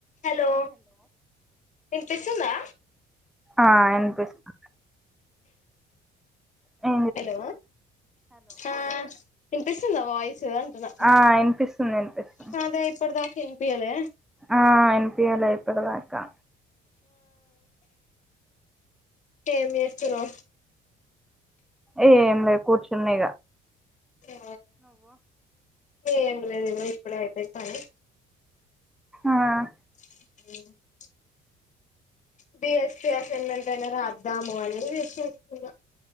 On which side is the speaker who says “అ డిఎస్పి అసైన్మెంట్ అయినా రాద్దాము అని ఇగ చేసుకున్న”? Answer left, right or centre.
Left